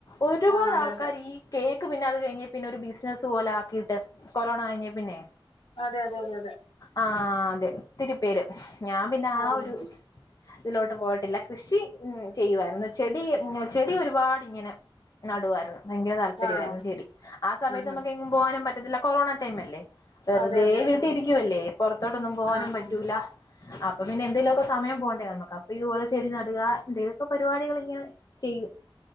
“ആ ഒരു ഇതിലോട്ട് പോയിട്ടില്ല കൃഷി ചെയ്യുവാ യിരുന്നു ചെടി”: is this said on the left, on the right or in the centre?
Left